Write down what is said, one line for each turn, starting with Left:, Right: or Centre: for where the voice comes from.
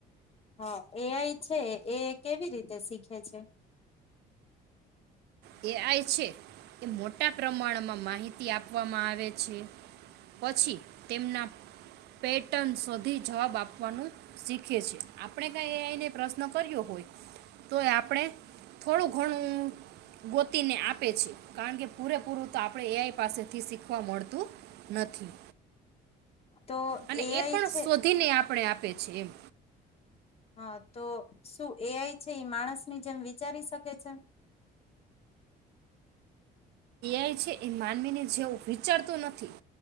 Left: હા એઆઈ છે એ કેવી રીતે શીખે છે
Right: એ આઈ છે એ મોટા પ્રમાણમાં માહિતી આપવામાં આવે છે પછી તેમના પેટન સુધી જવાબ આપવાનું શીખે છે આપણે કઈ એ આઈને પ્રશ્ન કર્યો હોય તો આપણે થોડું ઘણું ગોતીને આપે છે કારણ કે પૂરેપૂરું તો આપણે એઆઈ પાસેથી શીખવા મળતું નથી
Left: તો
Right: અને
Left: એઆઈ
Right: એ પણ
Left: છે
Right: શોધીને આપણે આપે છે એમ
Left: હા તો શું એઆઈ છે એ માણસ ની જેમ વિચારી શકે છે
Right: એ છે એ માનવીને જેવું વિચારતું નથી